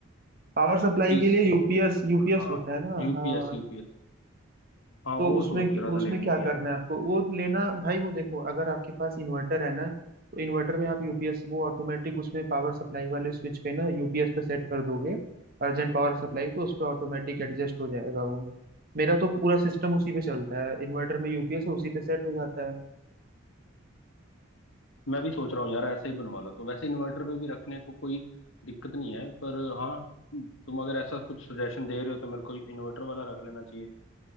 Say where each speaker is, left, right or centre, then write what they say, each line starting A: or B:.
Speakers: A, on the right; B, on the left.
A: पावर सप्लाई
B: पीस
A: के लिए यूपीएस यूपीएस
B: हाँ
A: होता है ना
B: यूपीएस
A: हाँ
B: यूपीएस हाँ
A: तो
B: वो
A: उसमें
B: सोच रहा था
A: उसमें
B: लेने
A: क्या
B: की यार
A: करना है आपको वो लेना भाई वो देखो अगर आपके पास इन्वर्टर है ना तो इन्वर्टर में आप यूपीएस वो ऑटोमेटिक उसमें पावर सप्लाई वाले स्विच पे ना यूपीएस पे सेट कर दोगे अर्जेंट पावर सप्लाई तो उस पे ऑटोमेटिक एडजस्ट हो जाएगा वो मेरा तो पूरा सिस्टम उसी पे चलता है इन्वर्टर में यूपीएस है उसी पे सेट हो जाता है
B: मैं भी सोच रहा हूँ यार ऐसे ही बनवा लो तो वैसे इन्वर्टर पे भी रखने को कोई दिक्कत नहीं है पर हाँ तुम अगर ऐसा कुछ सजेशन दे रहे हो तो मेरे को इन्वर्टर वाला रख लेना चाहिए